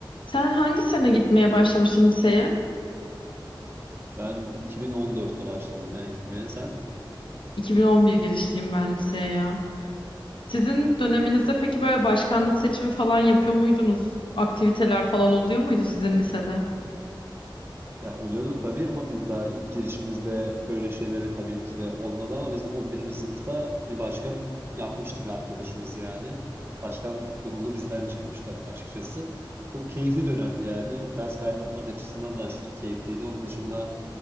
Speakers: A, on the left; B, on the right.
A: Sen hangi sene gitmeye başlamıştın liseye?
B: Ben 2014'te başladım ya gitmeye sen.
A: 2011 girişliyim ben liseye ya. Sizin döneminizde peki böyle başkanlık seçimi falan yapıyor muydunuz? Aktiviteler falan oluyor muydu sizin lisede?
B: Ya oluyordu tabii ama biz daha ilk girişimizde böyle şeylere tabii ki de olmadı ama biz 11. sınıfta bir başkan yapmıştık arkadaşımız yani. Başkan kurulu bizden çıkmıştı açıkçası. Çok keyifli dönemdi yani. Ders kaynatmak açısından da aşırı keyifliydi. Onun dışında